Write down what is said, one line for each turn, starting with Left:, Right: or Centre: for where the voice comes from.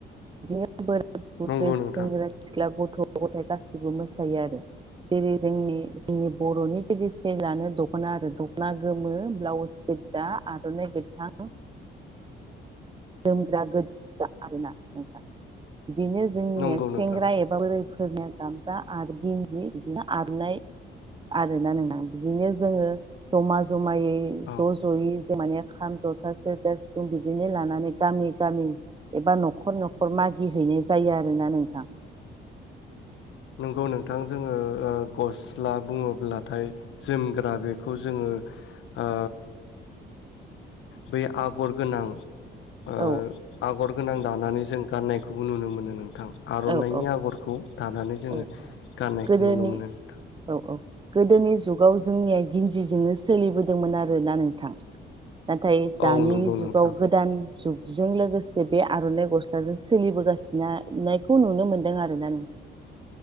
Right: बिदि बोरा बुरै
Left: नंगौ
Right: सेंग्रा
Left: नोंथां
Right: सिख्ला ब गथ' गथाय गासिबो मोसायो आरो जेरै जोंनि जोंनि बर'नि ट्रेडिसेनानो दख'ना आरो दख'ना गोमो, ब्लाउस गोजा, आर'नाइ गोथां जोमग्रा गोजा आरोना नोंथां। बिदिनो जोंनि
Left: नंगौ
Right: सेंग्रा
Left: नोंथां
Right: एबा फोरनिया गामसा आरो गिन्दि बिदिनो आरनाय आरोना नों बिदिनो जोङो जमा जम मायै
Left: औ
Right: ज'ज'यै माने खाम जथासे जे सिफुं बिदिनो लानानै गामि गामि एबा न'खर न'खर मागिहैनाय जायो आरोना नोंथां
Left: नंगौ नोंथां जोङो गस सिस्ला बुङोब्लाथाय जोमग्रा बेखौ जोङो ओ बै आगर गोनां ओ
Right: औ
Left: आगर गोनां दानानै जों गाननायखौबो नुनो मोनो नों थां आर'नाइनि
Right: औ औ
Left: आगरखौ दानानै जोङो
Right: औ
Left: गाननायखौ
Right: गोदोनि
Left: नुनो मोनो नोंथां।
Right: औ औ गोदोनि जुगाव जोंनिया गिन्जिजोंनो सोलिबोदोंमोन आरोना नोंथां? नाथाय
Left: औ
Right: दानि
Left: नंगौ
Right: जुगाव
Left: नोंथां
Right: गोदान जुग जों लोगोसे बे आर'नाइ गस्लाजों सोलिबोगासिनो ना नाइ बे खौ नुनो मोन्दों आरोना नोंथां?